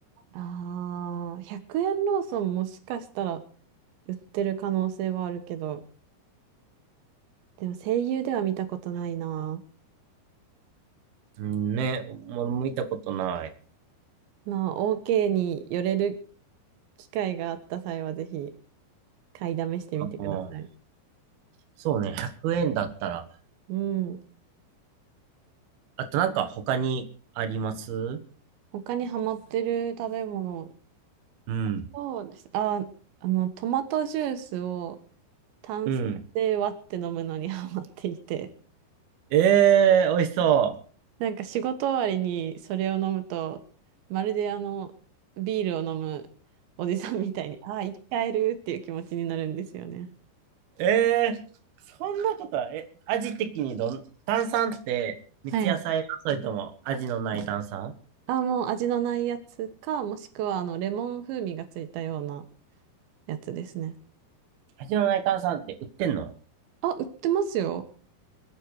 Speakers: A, on the right; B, on the right.
A: ああ、100円ローソンもしかしたら売ってる可能性はあるけど、でも声優では見たことないな。
B: ン。うんね、もも見たことない。
A: まあ、OK に寄れる機会があった際はぜひ買いだめしてみてください。
B: うん、そうね、100円だったら。
A: うん。
B: あとなんか他にあります
A: 他にハマってる食べ物
B: うん。
A: そうです。あ、あの、トマトジュースを炭酸で割って飲むのに
B: うん。
A: <laughs> ハマっていて、
B: ええー、美味しそ
A: なんか仕事終わりにそれを飲むと、まるであの、ビールを飲むおじさんみたいに、ああ、生き返るっていう気持ちになるんですよね。
B: う。ええー、そんなことは、え、味的にどん、炭酸って三ツ矢サイダーそれとも味のない炭酸
A: はい。あ、もう味のないやつか、もしくはあの、レモン風味がついたようなやつですね。
B: 味のない炭酸って売ってんの
A: あ、売ってますよ。